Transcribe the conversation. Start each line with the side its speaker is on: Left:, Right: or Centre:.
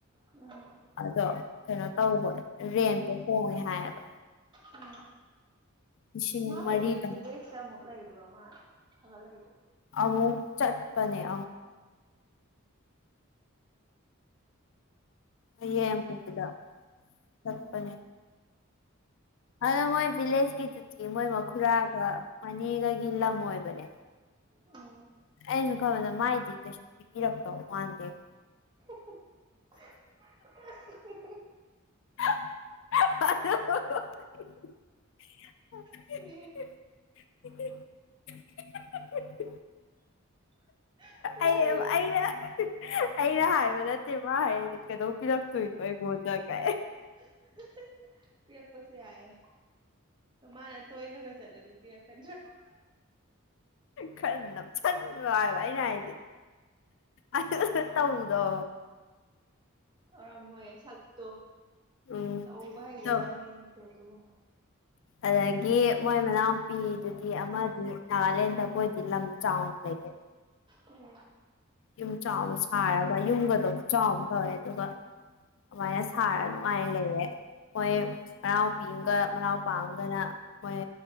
Right: ꯎꯝ
Left: ꯑꯗꯣ ꯀꯩꯅꯣ ꯇꯧꯕ ꯔꯦꯟꯇꯣ ꯍꯣꯡꯉꯦ ꯍꯥꯏꯌꯦꯕ
Right: ꯎꯝ
Left: ꯂꯤꯁꯤꯡ
Right: ꯃꯥ ꯍꯧꯖꯤꯛ
Left: ꯃꯔꯤꯇꯪ
Right: ꯚꯤꯂꯦꯖꯇ ꯑꯃꯨꯛ ꯂꯩꯕ꯭ꯔꯣ ꯃꯥ ꯐꯒꯠꯂꯏꯗꯣ
Left: ꯑ ꯆꯠꯄꯅꯦ ꯑ ꯃꯦ ꯄꯁꯤꯗ ꯆꯠꯄꯅꯦ
Right: ꯎꯝ
Left: ꯑꯗꯣ ꯃꯣꯏ ꯚꯤꯂꯦꯖꯀꯤꯗꯨꯇꯤ ꯃꯣꯏ ꯃꯈꯨꯔꯥꯒ ꯃꯅꯤꯒꯒꯤ ꯂꯝ ꯑꯣꯏꯕꯅꯦꯕ
Right: ꯎꯝ
Left: ꯑꯁꯨ ꯈꯕꯗ ꯃꯥꯏꯗꯤ ꯀꯩꯁꯨ ꯄꯤꯕꯤꯔꯛꯛꯇꯧ ꯃꯥꯟꯗꯦꯕ
Right: <unintelligible>
Left: ꯑ <unintelligible>
Right: ꯁꯤ <unintelligible> ꯋꯥꯔꯤ
Left: ꯑꯩꯅ ꯑꯩꯅ ꯍꯥꯏꯕ ꯅꯠꯇꯦ ꯃꯥ ꯍꯥꯏꯅꯦ ꯀꯩꯗꯧ ꯄꯤꯔꯛꯇꯣꯏꯅꯣ ꯑꯩꯕꯣ ꯍꯣꯗꯒ
Right: <unintelligible> ꯄꯤ ꯄ ꯍꯥꯏꯌꯦ ꯃꯥꯅꯦ ꯇ ꯏ ꯅ ꯈꯔ ꯆꯂꯗꯤ ꯌꯥ ꯀ꯭ꯔꯥ
Left: ꯈ ꯆ ꯍꯥꯏꯏꯅꯦ ꯍꯥꯏꯗꯤ ꯑ ꯇꯧꯗꯣ
Right: ꯇꯧꯔꯝꯃꯣꯏ ꯁꯛꯇꯣ
Left: ꯎꯝ
Right: ꯇꯧꯕ ꯍꯩꯒꯗꯕ
Left: ꯑꯗꯣ
Right: ꯃꯤ ꯅꯠꯇꯦ ꯑꯗꯨꯒꯨꯝꯕ
Left: ꯑꯗꯒꯤ ꯃꯣꯏ ꯃꯅꯥꯎꯎꯨꯄꯤꯗꯨꯗꯤ ꯑꯃꯗꯤ ꯅꯥꯒꯥꯂꯦꯟꯗ ꯃꯣꯏꯗꯤ ꯂꯝ ꯆꯥꯎꯅ ꯂꯩ ꯎ
Right: ꯎꯝ
Left: ꯌꯨꯝ ꯆꯥꯎꯕ ꯁꯥꯔꯒ ꯌꯨꯝꯒꯗꯣ ꯆꯥꯎꯅ ꯇꯧꯋꯦ ꯑꯗꯨꯒ ꯑꯗꯨꯥꯏꯅ ꯁꯔ ꯅꯨꯡꯉꯥꯏ ꯂꯩꯌꯦ ꯃꯣꯏ ꯃꯅꯥꯎ ꯄꯒ ꯃꯅꯥꯎ ꯄꯥꯝꯒꯅ ꯃꯣꯏ